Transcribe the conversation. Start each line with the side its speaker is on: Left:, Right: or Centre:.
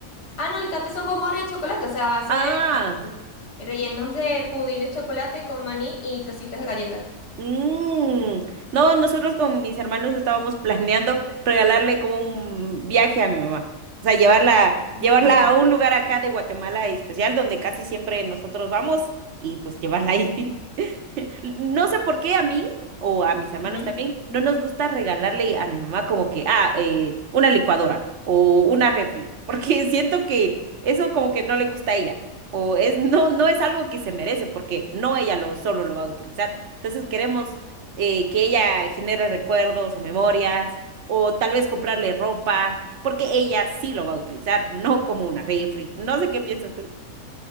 Left: Ah, no, literalmente son bombones de chocolate, o sea, a base
Right: Ah,
Left: eh, rellenos de pudín de chocolate con maní y trocitos de galleta.
Right: Mm, No, nosotros con mis hermanos estábamos planeando regalarle como un viaje a mi mamá. O sea, llevarla,
Left: No.
Right: llevarla a un lugar acá de Guatemala especial donde casi siempre nosotros vamos y pues llevarla ahí. No sé por qué a mí o a mis hermanos
Left: Ujú.
Right: también no nos gusta regalarle a mi mamá como que, ah, eh, una licuadora o una refri, porque <laughs> siento que eso como que no le gusta a ella o es no no es algo que se merece porque no ella lo solo lo va a utilizar. Entonces queremos eh, que ella genere recuerdos o memorias o tal vez comprarle ropa porque ella sí lo va a utilizar, no como una refri. No sé qué piensas tú.